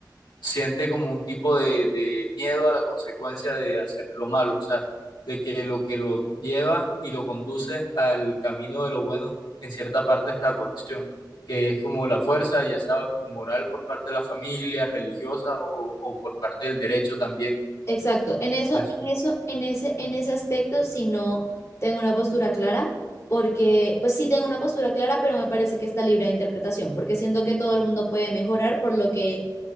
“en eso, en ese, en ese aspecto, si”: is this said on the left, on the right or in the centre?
Left